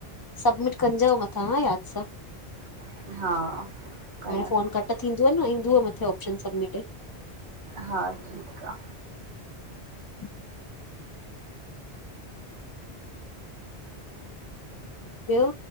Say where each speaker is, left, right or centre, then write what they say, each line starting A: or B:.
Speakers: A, on the left (about 20°); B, on the right (about 75°).
A: सबमिट कंजो मथां हा याद सां।
B: हा कयां
A: हाणे फोन
B: थी
A: कट थींदुव न इंदुव मथे ऑप्शन सबमिटिड।
B: हा ठीक आ।
A: <inaudible> ॿियो